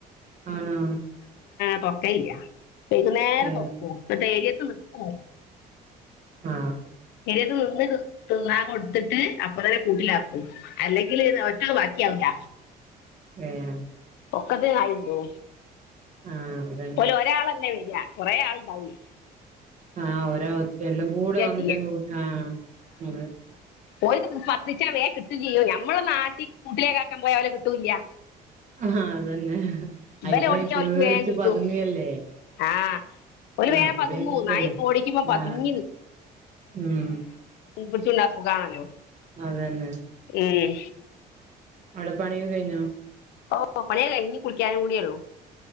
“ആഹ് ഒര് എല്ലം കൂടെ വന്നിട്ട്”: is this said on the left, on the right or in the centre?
Right